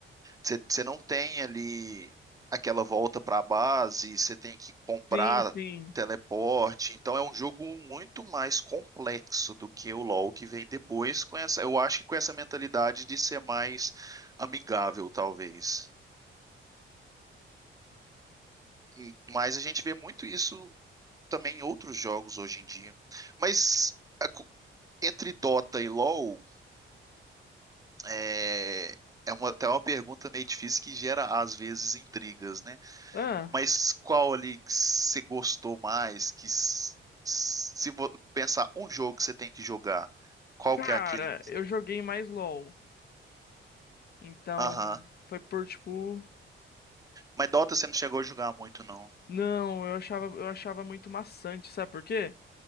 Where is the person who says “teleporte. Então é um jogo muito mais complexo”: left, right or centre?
Right